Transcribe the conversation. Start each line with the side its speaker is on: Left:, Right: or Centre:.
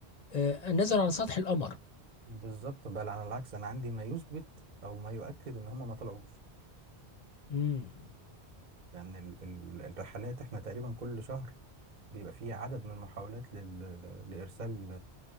Left: آه نزلوا على سطح القمر
Right: بالظبط بل على العكس انا عندي ما يثبت او ما يؤكد ان هم ما طلعوش
Left: امم
Right: لان ال- ال- الرحلات احنا تقريبا كل شهر بيبقى فيه عدد من المحاولات لل- ل- لارسال